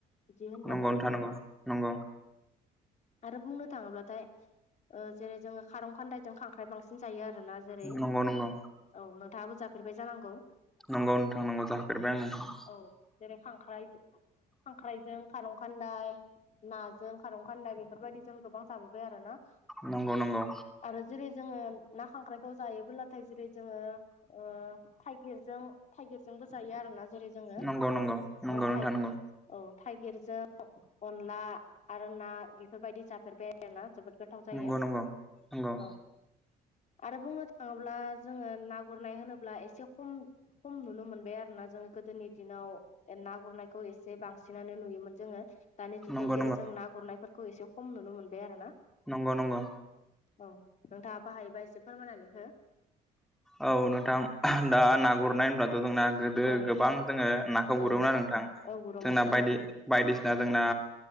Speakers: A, on the left; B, in the centre.
A: बिदि होनब्लाथाय
B: नंगौ नोथां नंगौ नंगौ
A: आरो बुंनो थाङोब्लाथाय ओ जेरै जोङो खारं खान्दायजों खांख्राइ बांसिन जायो आर आरोना जेरै औ
B: नंगौ नंगौ नंगौ
A: नोंथाङाबो जाफेरबाय जानांगौ
B: नंगौ नोंथां नंगौ जाफेरबाय आं नोंथां
A: औ जेरै खांख्रायजो खांख्राइजों खारं खान्दाय नाजों खारं खान्दाय बे बेफोरबायदि जों गोबां जाबोबाय आरोना
B: नंगौ नंगौ।
A: आरो जेरै जोङो ना खांख्रायखौ जायोबोब्लाथाय जेरै जोङो ओ थाइगिरजों थाइगिरजोंबो जायो आरोना जेरै जोङो
B: नंगौ नंगौ नंगौ
A: औ
B: नोंथा
A: थाइ
B: नंगौ
A: औ थाइगिरजों अनला आरो ना बेफोरबायदि जाफेरबाय ना जोबोद गोथाव जायो
B: नंगौ नंगौ नंगौ
A: औ आरो बुंनो थाङोब्ला जोङो ना गुरनाय होनोब्ला एसे खम खम नुनो मोनबाय आरोना जोङो गोदोनि दिनाव ना गुरनायखौ एसे बांसिनानो नुयोमोन जोङो दानि जुगाव
B: नंगौ नंगौ
A: जेरै जों ना गुरनायफोरखौ एसे खम नुनो मोनबाय आरोना
B: नंगौ नंगौ।
A: औ नोंथाङा बाहायोबा एसे फोरमायनानै हो
B: औ नोंथां दा ना गुरनाय होनब्ला जोंना गोदो
A: औ
B: गोबां जोङो नाखौ गुरोमोन
A: औ
B: आरो नोंथां
A: औ गुरोमोन
B: जोंना
A: थारैनो
B: बायदि बायदिसिना जोंना